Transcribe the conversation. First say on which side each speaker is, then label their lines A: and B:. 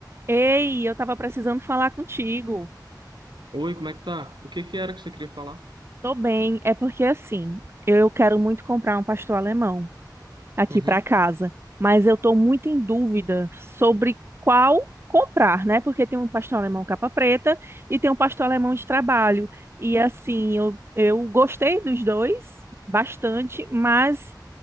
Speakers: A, on the right (about 35°); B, on the right (about 90°).
A: Ei, eu tava precisando falar contigo.
B: Oi, como é que tá? O que que era que você queria falar?
A: Tô bem, é porque assim, eu quero muito comprar um pastor alemão. aqui
B: Uhum,
A: para casa, mas eu estou muito em dúvida sobre qual comprar, né? Porque tem um pastor alemão capa preta e tem um pastor alemão de trabalho. E assim, eu, eu gostei dos dois bastante, mas